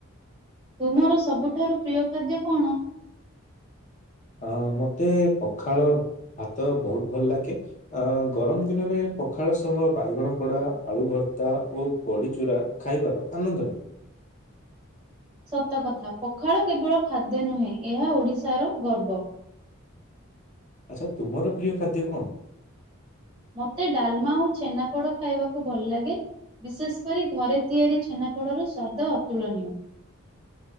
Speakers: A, on the right (about 15°); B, on the left (about 35°).
A: ତୁମର ସବୁଠାରୁ ପ୍ରିୟ ଖାଦ୍ୟ କଣ?
B: ଅ ମୋତେ ପଖାଳ ଭାତ ବହୁତ ଭଲ ଲାଗେ। ଅ ଗରମ ଦିନରେ ପଖାଳ ସହ ବାଇଗଣ ପୋଡ଼ା, ଆଳୁ ଭର୍ତ୍ତା ଓ ବଡ଼ିଚୁରା ଖାଇବାର ଆନନ୍ଦ ଲାଗେ।
A: ସତକଥା ପଖାଳ କେବଳ ଖାଦ୍ୟ ନୁହେଁ ଏହା ଓଡିଶାର ଗର୍ବ।
B: ଆଚ୍ଛା ତୁମର ପ୍ରିୟ ଖାଦ୍ୟ କଣ?
A: ମୋତେ ଡାଲମା ଆଉ ଛେନାପୋଡ ଖାଇବାକୁ ଭଲ ଲାଗେ। ବିଶେଷ କରି ଘରେ ତିଆରି ଛେନାପୋଡର ସ୍ଵାଦ ଅତୁଳନୀୟ।